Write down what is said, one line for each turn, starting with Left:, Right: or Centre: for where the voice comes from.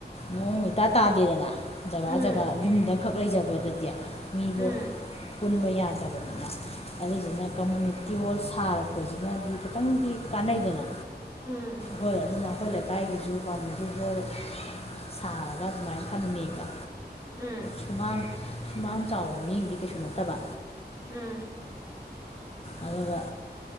Left: ꯅꯣꯡ ꯃꯇꯥ ꯇꯥꯗꯦꯗꯅ ꯖꯒꯥ
Right: ꯎꯝ
Left: ꯖꯒꯥ ꯌꯨꯝꯗ ꯈꯛ ꯂꯩꯖꯕꯗꯗꯤ ꯃꯤꯗꯣ
Right: ꯎꯝ
Left: ꯄꯨꯟꯕ ꯌꯥꯗꯕꯅꯤꯅ ꯑꯗꯨꯗꯨꯅ ꯀꯝꯃꯨꯅꯤꯇꯤ ꯍꯣꯜ ꯁꯥꯔꯛꯄꯁꯤꯅꯗꯤ ꯈꯤꯇꯪꯗꯤ ꯀꯥꯟꯅꯩꯗꯅ
Right: ꯎꯝ ꯎꯝ
Left: ꯍꯣꯏ ꯑꯗꯨꯅ ꯑꯩꯈꯣꯏ ꯂꯩꯀꯥꯏꯒꯤꯁꯨ ꯄꯥꯝꯃꯤꯗꯨ ꯍꯣꯏ ꯁꯥꯔꯒ ꯑꯗꯨꯃꯥꯏꯅ ꯊꯝꯃꯦꯕ
Right: ꯎꯝ
Left: ꯁꯨꯃꯥꯡ ꯁꯨꯃꯥꯡ ꯆꯥꯎꯕ ꯃꯤꯒꯤꯗꯤ ꯀꯩꯁꯨ ꯅꯠꯇꯕ
Right: ꯎꯝ
Left: ꯑꯗꯨꯒ